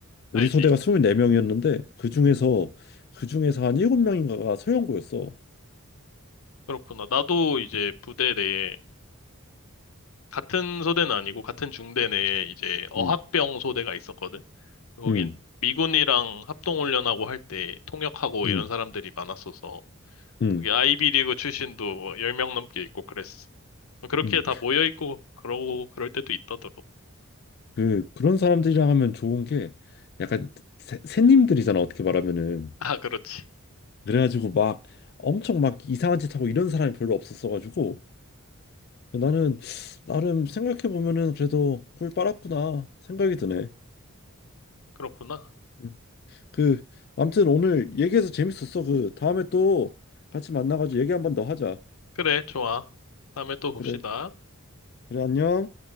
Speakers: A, on the left; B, on the left.
A: 우리
B: 알지.
A: 소대가 24명이었는데 그중에서 그중에서 한 7명인가가 서영구였어.
B: 그렇구나. 나도 이제 부대 내에 같은 소대는 아니고 같은 중대 내에 이제 어학병
A: 음.
B: 소대가 있었거든. 거긴
A: 음.
B: 미군이랑 합동훈련하고 할 때 통역하고
A: 음.
B: 이런 사람들이 많았어서
A: 음.
B: 거기 아이비리그 출신도 10명 넘게 있고 그랬어. 그렇게
A: 음.
B: 다 모여 있고 그러고 그럴 때도 있더라고.
A: 그 그런 사람들이랑 하면 좋은 게 약간 새, 새님들이잖아 어떻게 말하면은.
B: 아, 그렇지.
A: 그래가지고 막 엄청 막 이상한 짓 하고 이런 사람이 별로 없었어 가지고 나는 나름 생각해 보면은 그래도 꿀 빨았구나 생각이 드네.
B: 그렇구나.
A: 음. 그 아무튼 오늘 얘기해서 재밌었어. 그 다음에 또 같이 만나가지고 얘기 한번 더 하자.
B: 그래, 좋아. 다음에 또 봅시다.
A: 그래. 그래, 안녕.